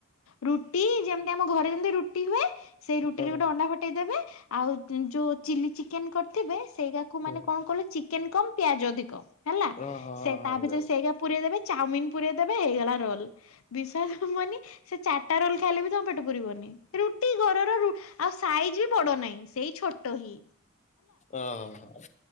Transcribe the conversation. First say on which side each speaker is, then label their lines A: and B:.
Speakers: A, on the left; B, on the left.
A: ରୁଟି ଯେମିତି ଆମ ଘରେ ଯେମିତି ରୁଟି ହୁଏ। ସେଇ ରୁଟିରେ
B: ହଁ
A: ଗୋଟେ ଅଣ୍ଡା ଫଟେଇଦେବେ। ଆଉ ଯୋଉ ଚିଲି ଚିକେନ୍ କରିଥିବେ ସେଇଗାକୁ ମାନେ
B: ହଁ
A: କଣ କଲେ ଚିକେନ୍ କମ ପିଆଜ ଅଧିକ। ହେଲା
B: ହଁ ହଁ
A: ସେ
B: ହଁ
A: ତା ଭିତରେ
B: ଜାଣିଲି
A: ସେଇଗା ପୁରେଇ ଦେବେ। ଚାଉମିିନ୍ ପୂରେଇ ଦେବେ। ହେଇଗଲା ରୋଲ୍। ବିଷ ପୁରିବନି ସେ ଚାରଟା ରୋଲ୍ ଖାଇଲେ ବି ତୋମ ପେଟ ପୁୁରିବନି। ରୁଟି ଘରର ରୁ, ଆଉ ସାଇଜି ବଡ ନାହିଁ ସେଇ ଛୋଟ ହି।
B: ଓ ହୋ।